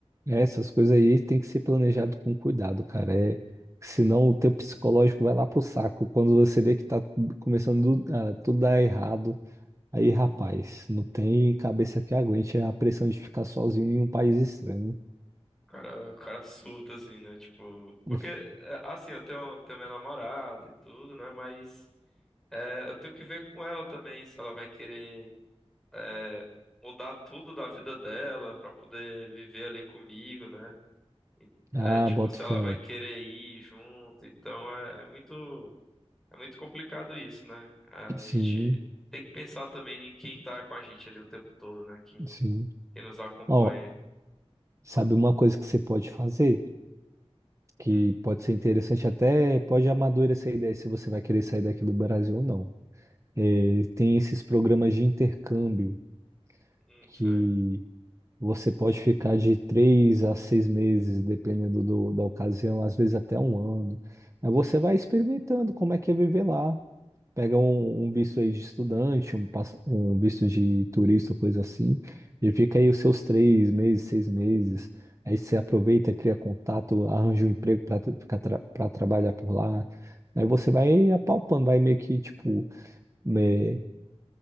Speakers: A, on the right (about 30°); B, in the centre.
A: É, Essas coisas aí tem que ser planejado com cuidado, cara. É, senão o teu psicológico vai lá pro saco quando você vê que tá começando do- a tudo dar errado. Aí, rapaz, não tem cabeça que aguente a pressão de ficar sozinho em um país estranho.
B: O cara, o cara surta, assim, né? Tipo, porque,
A: <laughs>
B: é, assim, eu tenho, tenho minha namorada e tudo, né? Mas é, eu tenho que ver com ela também se ela vai querer. é, mudar tudo da vida dela pra poder viver ali comigo, né? E,
A: Ah,
B: é, tipo,
A: boto
B: se
A: fé.
B: ela vai querer ir junto, então é, é muito é muito complicado isso, né? A
A: Sim,
B: gente tem que pensar também em quem tá com a gente ali o tempo todo, né? Quem,
A: sim.
B: quem nos acompanha.
A: Ó, Sabe uma coisa que você pode fazer, que
B: Hum,
A: pode ser interessante até, pode amadurecer a ideia se você vai querer sair daqui do Brasil ou não. É, tem esses programas de intercâmbio
B: hum,
A: que
B: sei,
A: você pode ficar de três a seis meses, dependendo do- da ocasião, às vezes até um ano. Aí
B: sim.
A: você vai experimentando como é que é viver lá. Pega um, um visto aí de estudante, um, pass- um visto de turista, coisa assim, e fica aí os seus três meses, seis meses. Aí você aproveita, cria contato, arranja um emprego para ficar tra para trabalhar por lá. Aí você vai apalpando, vai meio que, tipo, né,